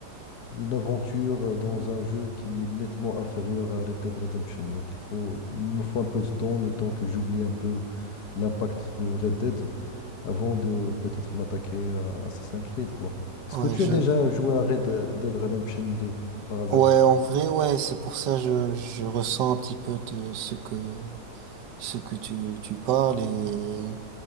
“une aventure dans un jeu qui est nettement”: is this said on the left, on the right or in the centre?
Left